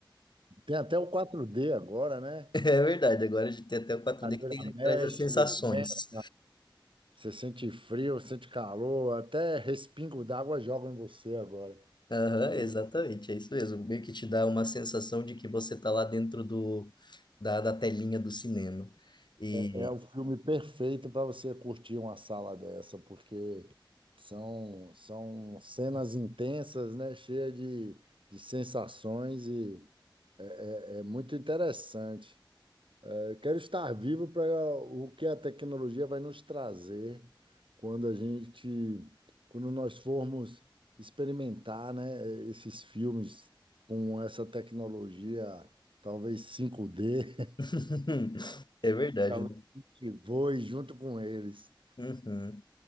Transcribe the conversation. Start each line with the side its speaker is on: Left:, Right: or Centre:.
Right: Tem até o 4D agora, né?
Left: É verdade, agora a gente tem até o quatro
Right: Cadeira
Left: d que tem,
Right: mexe,
Left: traz as sensações.
Right: venta, você sente frio, sente calor, até respingo d'água jogam em você agora.
Left: Aham,
Right: E
Left: exatamente, é isso mesmo. Meio que te dá uma sensação de que você tá lá dentro do, da, da telinha do cinema. E.
Right: é é o filme perfeito para você curtir uma sala dessa, porque são, são cenas intensas, né? Cheia de, de sensações e é, é é muito interessante. Eu quero estar vivo para o que a tecnologia vai nos trazer quando a gente, quando nós formos experimentar, né, esses filmes com essa tecnologia, talvez 5D,
Left: <laughs> É verdade,
Right: <laughs>
Left: né?
Right: que voe junto com eles.
Left: Uhum.